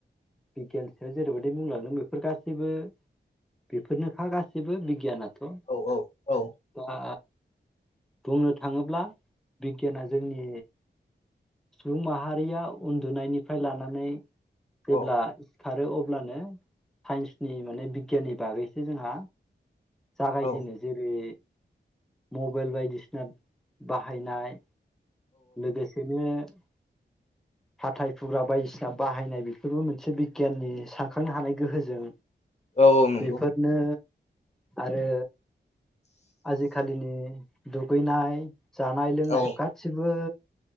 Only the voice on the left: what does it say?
औ औ औ
औ
औ
औ नंगौ
औ